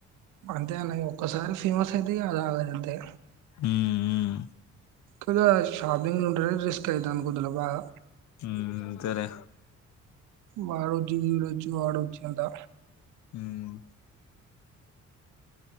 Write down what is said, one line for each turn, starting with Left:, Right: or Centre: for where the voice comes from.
Right: అంతే అలాగే ఒక్కసారి ఫేమస్ అయితే ఇగ <unintelligible>
Left: మ్మ్ మ్మ్
Right: <unintelligible> షాపింగ్ <unintelligible> రిస్క్ అయిత అనుకుంటున్న బాగా
Left: మ్మ్ సరే
Right: వాడోజు వీడోచ్చు వాడోచ్చి అంతా
Left: మ్మ్